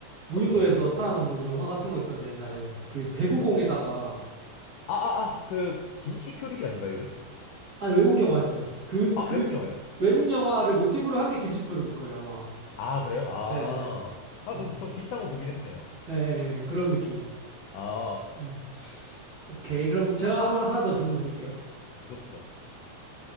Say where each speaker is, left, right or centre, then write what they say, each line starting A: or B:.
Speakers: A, on the right; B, on the left.
A: 무인도에서
B: 어떤가요?
A: 살아남는 영화 같은 거 있었는데 옛날에 그 배구공에다가
B: 아, 아, 아, 그, 김씨 표류기 아닌가요, 이름?
A: 아 외국 영화였어요. 그
B: 아,
A: 그
B: 외국 영화예요?
A: 외국 영화를 모티브로 한 게 김시표룩일 거예요 아마.
B: 아, 그래요? 아.
A: 네네네.
B: 아,
A: 네,
B: 그럼 저 비슷한 거 보긴 했네요.
A: 예, 예, 예. 그런 느낌.
B: 아,
A: 네. 오케이. 그럼 제가 한번 하나 더 질문 드릴게요.
B: 네, 좋습니다.